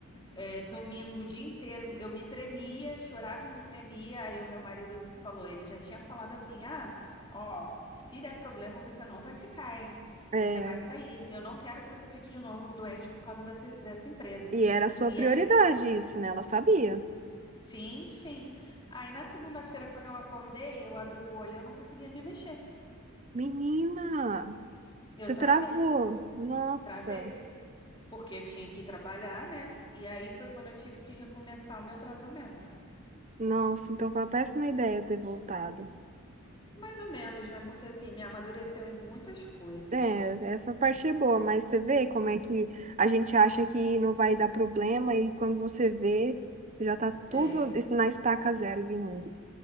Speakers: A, on the left; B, on the right.
A: eh, domingo o dia inteiro eu me tremia, chorava e me tremia, aí o meu marido falou, ele já tinha falado assim, ah, ó, se der problema você não vai ficar, hein?
B: É,
A: Você vai sair, eu não quero que você fique de novo doente por causa dessa, dessa empresa.
B: e era a sua
A: e
B: prioridade isso, né? Ela sabia.
A: Sim, sim. Aí na segunda-feira, quando eu acordei, eu abri o olho, eu não conseguia me mexer.
B: Menina,
A: Eu
B: você
A: travei,
B: travou. Nossa,
A: travei, porque eu tinha que ir trabalhar, né? E aí foi quando eu tive que recomeçar o meu tratamento.
B: nossa, então foi uma péssima ideia ter voltado.
A: Mais ou menos, né? Porque assim, me amadureceu em muitas coisas.
B: É, essa parte é boa, mas você vê como é que a gente acha que não vai dar problema e quando você vê, já tá tudo
A: É,
B: na estaca zero de novo.